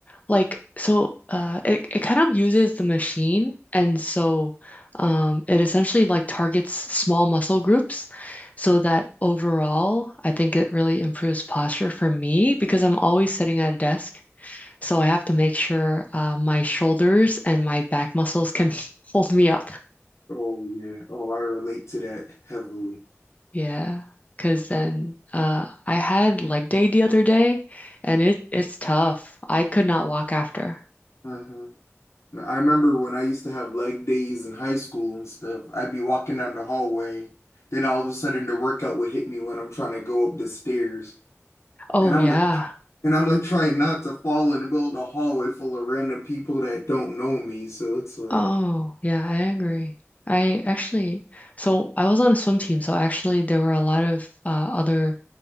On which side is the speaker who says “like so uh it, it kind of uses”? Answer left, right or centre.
Left